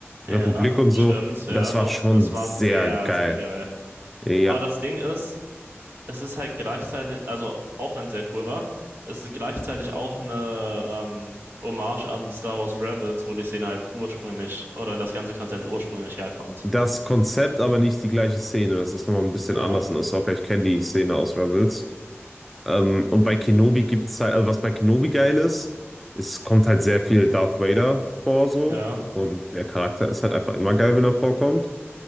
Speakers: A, on the right; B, in the centre.
A: ja,
B: Republik und
A: stimmt.
B: so.
A: Ja,
B: Und das
A: doch.
B: war schon
A: Das war
B: sehr
A: sehr,
B: geil.
A: sehr geil.
B: Ja,
A: Aber das Ding ist, es ist halt gleichzeitig, also auch wenn es sehr cool war, es ist gleichzeitig auch eine ähm, Hommage an Star Wars Rebels, wo die Szene halt ursprünglich oder das ganze Konzept ursprünglich herkommt.
B: das Konzept, aber nicht die gleiche Szene. Das ist nochmal ein bisschen
A: Ja,
B: anders in Ahsoka. Ich kenne die Szene aus Rebels. Ähm, und bei Kenobi gibt es halt, also was bei Kenobi geil ist, es kommt halt sehr viel Darth Vader vor so.
A: ja,
B: Und der Charakter ist halt einfach immer geil, wenn er vorkommt.